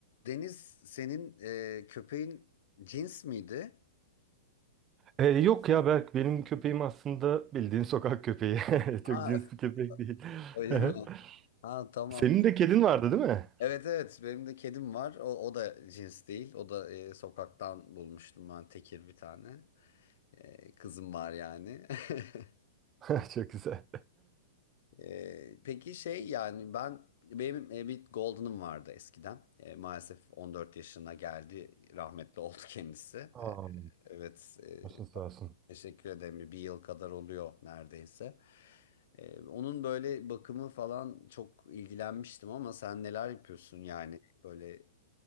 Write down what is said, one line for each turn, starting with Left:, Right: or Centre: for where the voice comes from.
Left: Deniz senin e, köpeğin cins miydi?
Right: E, yok ya Berk benim köpeğim aslında bildiğin sokak köpeği. <laughs>
Left: Ha,
Right: Çok cins bir köpek değil.
Left: öyle
Right: <laughs>
Left: mi? Ha tamam.
Right: Senin de kedin vardı değil mi?
Left: Evet evet benim de kedim var. O, o da cins değil. O da e, sokaktan bulmuştum ben tekir bir tane. E, kızım var yani. <laughs>
Right: <laughs> Çok güzel.
Left: E, peki şey yani ben benim e, bir Golden'ım vardı eskiden. E, maalesef 14 yaşına geldi. Rahmetli oldu kendisi. E,
Right: Aa,
Left: evet e,
Right: başın sağ olsun.
Left: teşekkür ederim. Bir yıl kadar oluyor neredeyse. Ee, onun böyle bakımı falan çok ilgilenmiştim ama sen neler yapıyorsun yani böyle